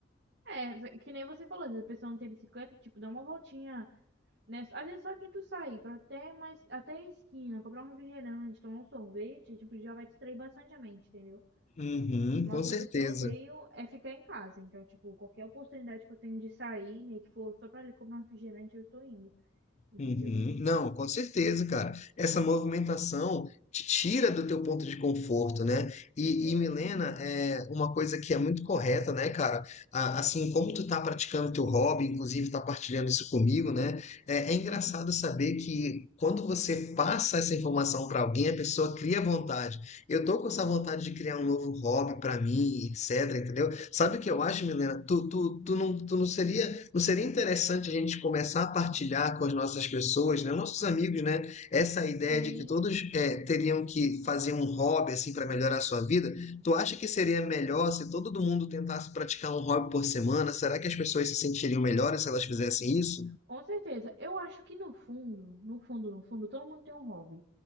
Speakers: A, on the right; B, on the left.
A: É, que nem você falou, se a pessoa não tem bicicleta, tipo, dá uma voltinha, né? Às vezes só de tu sair pra até mais, até a esquina, comprar um refrigerante, tomar um sorvete, tipo, já vai distrair bastante a mente, entendeu?
B: Uhum,
A: Uma
B: com
A: coisa
B: certeza.
A: que eu odeio é ficar em casa. Então, tipo, qualquer oportunidade que eu tenho de sair, né, que for só pra ali comprar um refrigerante, eu tô indo, entendeu?
B: Uhum. Não, com certeza, cara. Essa movimentação te tira do teu ponto de conforto, né? E,
A: É,
B: e, Milena,
A: exatamente.
B: é uma coisa que é muito correta, né, cara? A- Assim como tu tá praticando teu hobby, inclusive tá partilhando isso comigo, né? É, é engraçado
A: Aham.
B: saber que quando você passa essa informação para alguém, a pessoa cria vontade. Eu tô com essa vontade de criar um novo hobby para mim, etc, entendeu? Sabe o que eu acho, Milena? Tu, tu, tu não, tu não seria não seria interessante a gente começar a partilhar com as nossas pessoas, né, nossos amigos, né, essa ideia
A: Sim,
B: de que todos eh, teriam que fazer um hobby assim para melhorar a sua vida? Tu acha que seria melhor se todo mundo tentasse praticar um hobby por semana? Será que as pessoas se sentiriam melhores se elas fizessem isso?
A: Com certeza. Eu acho que no fundo, no fundo, no fundo, todo mundo tem um hobby.